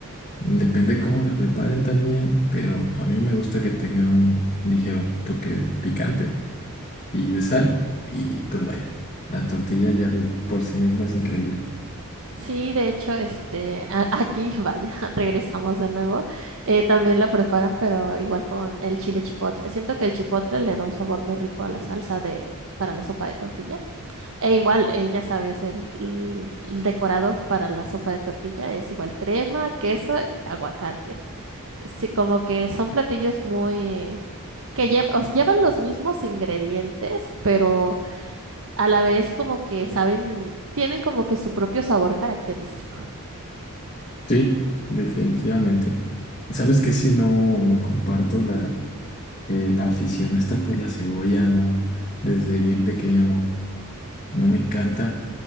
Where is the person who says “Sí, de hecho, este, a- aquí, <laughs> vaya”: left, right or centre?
Right